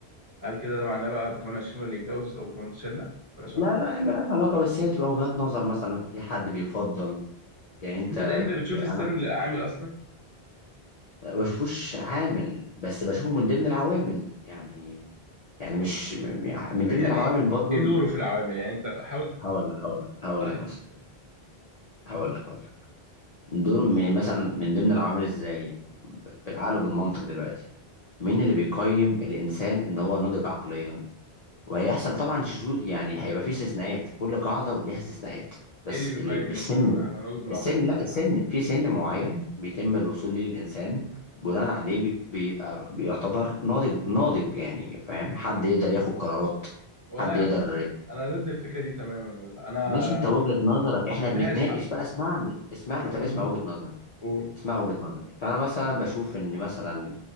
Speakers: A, on the right (about 20°); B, on the left (about 45°).
A: هل كده ده معناه بقى ب 28 ولا يتجوز او 18 لا ولا شرف
B: لا لا هي ملهاش علاقه بس هي بتبقى وجهات نظر مثلا في حد بيفضل يعني انت
A: انت انت بتشوف
B: ب... انا
A: السن عامل اصلا
B: ما بشوفوش عامل بس بشوفه من ضمن العوامل يعني يعني مش م- م- من
A: <laughs>
B: ضمن
A: يعني
B: العوامل برضو
A: ايه
B: ال-
A: دوره في العوامل يعني انت حاول
B: هقول لك هقول لك هقول
A: توضح
B: لك
A: لي دور
B: مثلا
A: السن
B: هقول لك هقول لك دور م- مثلا من ضمن العوامل ازاي بالعقل وبالمنطق دلوقتي مين اللي بيقيم الانسان ان هو ناضج عقليا وهيحصل طبعا شذوذ يعني هيبقى فيه استثناءات كل قاعده وليها استثناءات بس
A: ايه اللي بيقيم
B: اللي
A: الانسان
B: السن
A: على نضجه العقلي
B: السن لا السن في سن معين بيتم الوصول ليه الانسان بناء عليه بي- بيبقى بيعتبر ناضج ناضج يعني فاهم حد يقدر ياخد قرارات
A: والله
B: حد يقدر
A: ابدا انا ضد الفكره دي تماما والله انا
B: مش انت وجهة نظرك احنا
A: ما شفتهاش
B: بنتناقش
A: حتى
B: بقى اسمعني اسمعني
A: انت فاهم
B: طب اسمع
A: قصدي
B: وجهة نظري
A: قول
B: اسمع وجهة نظري فانا مثلا بشوف ان مثلا